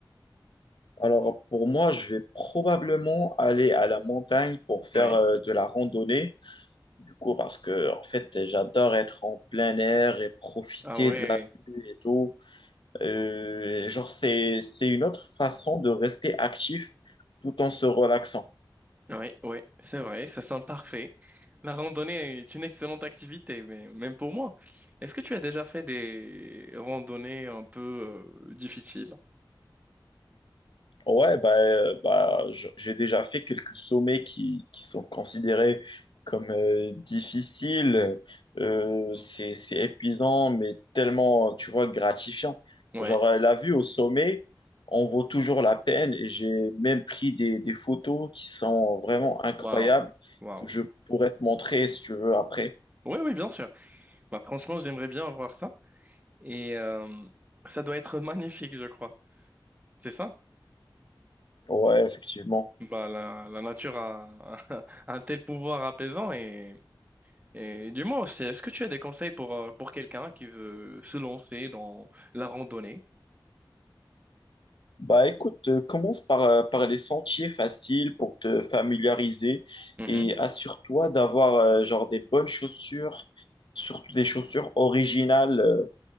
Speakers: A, on the left; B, on the right.
A: Alors pour moi, je vais probablement aller à la montagne pour faire
B: Oui.
A: euh, de la randonnée. Du coup, parce que en fait, j'adore être en plein air et profiter
B: Ah ouais.
A: de la vue et tout. Euh, genre, c'est, c'est une autre façon de rester actif tout en se relaxant.
B: Oui, oui, c'est vrai, ça sent parfait. La randonnée est une excellente activité, mais même pour moi. Est-ce que tu as déjà fait des randonnées un peu euh, difficiles?
A: Ouais, bah, euh, bah, j- j'ai déjà fait quelques sommets qui, qui sont considérés comme euh, difficiles. Euh, c'est, c'est épuisant, mais tellement, tu vois, gratifiant.
B: Ouais,
A: Genre, euh, la vue au sommet, on vaut toujours la peine et j'ai même pris des, des photos qui sont vraiment incroyables
B: waouh, waouh.
A: que je pourrais te montrer si tu veux après.
B: Oui, oui, bien sûr. Bah, franchement, j'aimerais bien voir ça. Et euh, ça doit être magnifique, je crois. C'est ça?
A: Ouais, effectivement.
B: Bah, la, la nature a <laughs> un tel pouvoir apaisant et, et dis-moi aussi, est-ce que tu as des conseils pour, euh, pour quelqu'un qui veut se lancer dans la randonnée?
A: Bah écoute, euh, commence par, euh, par les sentiers faciles pour te familiariser
B: Mhm.
A: et assure-toi d'avoir euh, genre des bonnes chaussures, surtout des chaussures originales. euh.